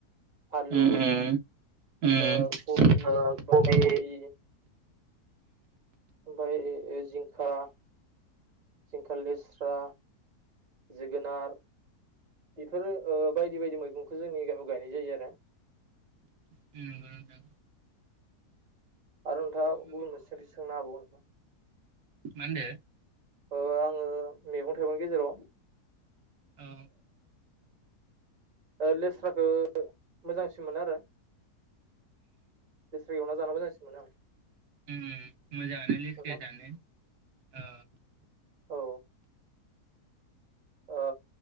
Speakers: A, on the right (about 25°); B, on the right (about 75°).
A: आलु,
B: उम उम उम
A: कबि,
B: ओ
A: बान्दाकबि
B: कबि
A: ओमफ्राय जिंखा- जिंखा, लेस्रा जोगोनार बेफोरो बायदि-बाय दि मैगंखौ जोंनि गामियाव गायनाय जायो आरो
B: उ नंगौ नोंथां
A: आरो नोंथाङा गुबुन मोनसे सोंथि सोंनो हाबावगोन नोंथां
B: माहोन्दो
A: ओ आङो मैगं -थाइगंनि गेजेराव
B: औ
A: लेस्राखौ मोजांसिन मोनो आरो लेस्रा एवना जानो मोजांसिन मोनो आं
B: उ- उ मोजां आनो लेस्राया
A: नोंथां
B: जानो ओ
A: औ ओ